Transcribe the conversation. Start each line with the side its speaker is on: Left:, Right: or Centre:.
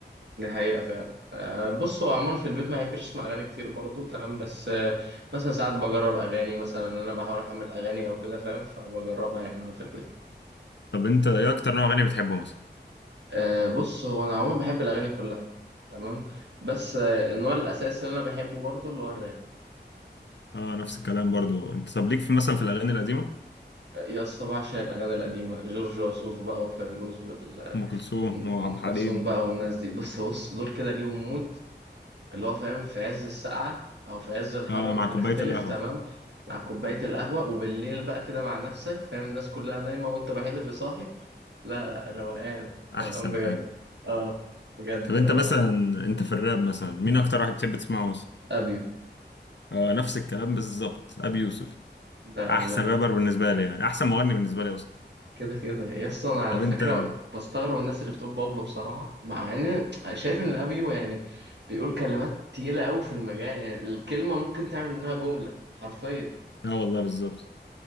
Right: دي حقيقة فعلا أه بص هو عموما في البيت ما بحبش أسمع أغاني كتير برضه تمام بس أه مثلا ساعات بجرب أغاني مثلا إن أنا بحاول أحمل أغاني أو كده فاهم فبجربها يعني وأنا في البيت
Left: طب انت ايه اكتر نوع اغاني بتحبه مثلا؟
Right: أه بص هو أنا عموما بحب الأغاني كلها تمام بس آه، النوع الأساسي اللي أنا بحبه برضه اللي هو الراب
Left: اه نفس الكلام برضو انت طب ليك في مثلا في الاغاني القديمه
Right: يا اسطى بعشق الأغاني القديمة جورج وسوف بقى وفيروز وال-
Left: ام كلثوم
Right: وأم
Left: وعبد الحليم
Right: كلثوم بقى والناس دي بس بص دول كده ليهم مود اللي هو فاهم في عز السقعة أو في عز الحر
Left: اه
Right: مش
Left: مع كوبايه
Right: هنختلف
Left: القهوه
Right: تمام مع كوباية القهوة وبالليل بقى كده مع نفسك فاهم الناس كلها نايمة وأنت الوحيد اللي صاحي لا لا روقان
Left: <laughs> احسن
Right: روقان بجد
Left: حاجه
Right: اه بجد
Left: طب انت
Right: روقان
Left: مثلا انت في الراب مثلا مين اكتر واحد بتحب تسمعه مثلا؟
Right: أبيو
Left: اه نفس الكلام بالظبط ابي يوسف
Right: ده
Left: احسن
Right: ده
Left: رابر بالنسبه لي يعني احسن مغني بالنسبه لي اصلا
Right: كده كده يا اسطى انا على
Left: طب
Right: فكره
Left: انت
Right: بستغرب الناس اللي بتقول بابلو بصراحه مع ان شايف ان ابيو يعني بيقول كلمات تقيله قوي في المجال يعني الكلمه ممكن تعمل منها جمله حرفيا
Left: اه والله بالظبط